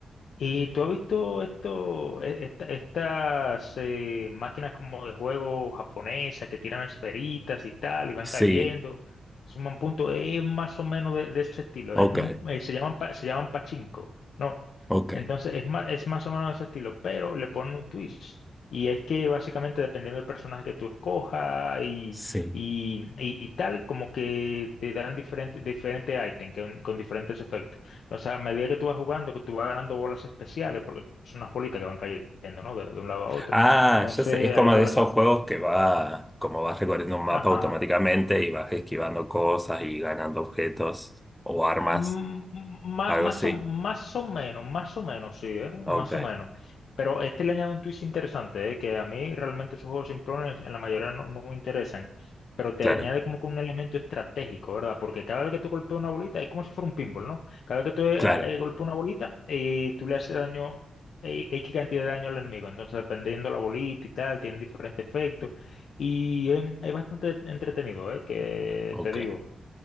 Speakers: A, on the left; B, in the centre.
A: ¿Y tú has visto esto, e- esta- estas eh, máquinas como de juego japonesas que tiran esferitas y tal y van
B: Sí,
A: cayendo? Suman puntos, es más o menos de, de ese estilo.
B: ok,
A: Es como un- eh, se llaman, pa- se llaman pachinko, ¿no?
B: ok,
A: Entonces es más, es más o menos de ese estilo, pero le ponen un twist. Y es que básicamente dependiendo del personaje que tú escojas y,
B: sí.
A: y, y- y tal, como que te dan diferentes diferentes ítems con, con diferentes efectos. O sea, a medida que tú vas jugando, que tú vas ganando bolas especiales, porque son unas bolitas que van cayendo, ¿no? De, de un lado a otro.
B: Ah,
A: Entonces,
B: ya sé, es como
A: hay bolas.
B: de esos juegos que va, como vas recorriendo un mapa
A: Ajá.
B: automáticamente y vas esquivando cosas y ganando objetos o armas,
A: Eh, m- ma-
B: algo
A: más,
B: así.
A: o, más o menos, más o menos, sí, eh,
B: Ok,
A: más o menos. Pero este le añade un twist interesante, eh, que a mí realmente esos juegos simplones en la mayoría no, no me interesan, pero te
B: claro,
A: añade como que un elemento estratégico, ¿verdad? Porque cada vez que tú golpeas una bolita es como si fuera un pinball, ¿no? Cada vez que tú eh,
B: claro,
A: eh, golpeas una bolita y tú le haces daño, eh, X cantidad de daño al enemigo. Entonces, dependiendo la bolita y tal, tiene diferentes efectos. Y eh, es bastante entretenido, ¿eh? Que
B: ok.
A: te digo.